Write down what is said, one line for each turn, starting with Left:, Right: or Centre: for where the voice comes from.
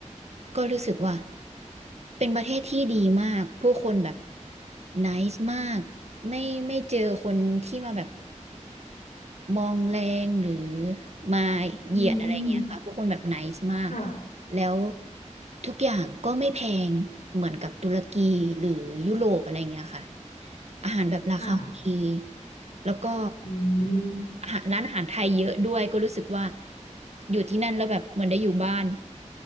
Right: ก็รู้สึกว่าเป็นประเทศที่ดีมาก ผู้คนแบบไนซ์มากไม่ไม่เจอคนที่มาแบบมองแรงหรือมาเหยียดอะไรเงี้ยค่ะผู้คนแบบไนซ์มาก
Left: อืมค่ะ
Right: แล้วทุกอย่างก็ไม่แพงเหมือนกับตุรกีหรือยุโรปอะไรเงี้ยค่ะอาหารแบบราคาโอเค
Left: ค่ะ
Right: แล้วก็
Left: อืม
Right: อาหารร้านอาหารไทยเยอะด้วยก็รู้สึกว่าอยู่ที่นั่นแล้วแบบเหมือนได้อยู่บ้าน